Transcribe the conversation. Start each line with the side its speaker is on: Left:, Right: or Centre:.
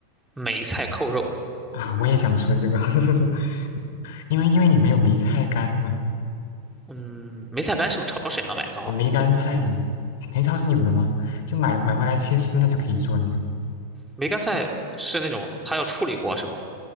Centre: 梅菜扣肉。
Left: 啊，我也想说这个，<laughs> 因为因为你没有梅菜干嘛，
Centre: 嗯，梅菜干是不是超市也能买到？
Left: 梅干菜呀，梅超是有的吗？就买买回来切丝那就可以做了呀。
Centre: 梅干菜是那种它要处理过是吗？